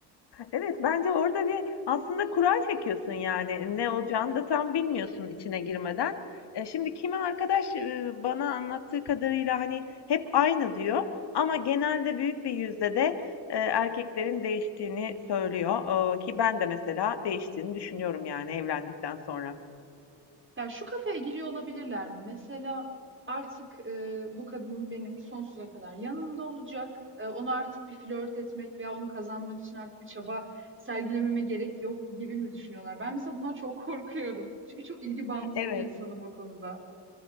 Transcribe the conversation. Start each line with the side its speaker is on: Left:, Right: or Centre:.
Left: Evet bence orada bir aslında kura çekiyorsun yani ne olacağını da tam bilmiyorsun içine girmeden. E, şimdi kimi arkadaş e, bana anlattığı kadarıyla hani hep aynı diyor ama genelde büyük bir yüzde de e, erkeklerin değiştiğini söylüyor. E, ki ben de mesela değiştiğini düşünüyorum yani evlendikten sonra.
Right: Ya şu kafeye giriyor olabilirler mi? Mesela artık e, bu kadın benim sonsuza kadar yanımda olacak. E, onu artık bir flört etmek veya onu kazanmak için artık bir çaba sergilememe gerek yok gibi mi düşünüyorlar? Ben mesela bundan çok <laughs> korkuyorum. Çünkü çok ilgi bağımlısı
Left: Evet.
Right: bir insanım o konuda.